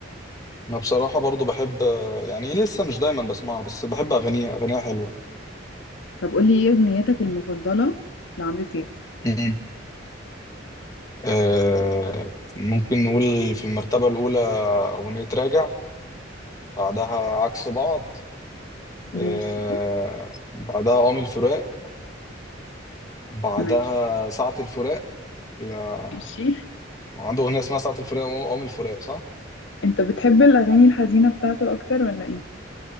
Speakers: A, on the left (about 20°); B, on the left (about 65°).
A: انا بصراحه برضو بحب يعني لسه مش دايما بسمعها بس بحب اغانيها اغانيها حلوه
B: طب قولي ايه اغنيتك المفضلة لعمرو دياب
A: مم. آه ممكن نقول في المرتبه الاولى اغنيه راجع بعدها عكس بعض
B: ماشي
A: آه بعدها قوم الفراق بعدها
B: ماشي
A: ساعه الفراق لا
B: ماشي
A: عنده اغنيه اسمها ساعه الفراق وقوم الفراق صح
B: انت بتحب الاغاني الحزينة بتاعته اكتر ولا ايه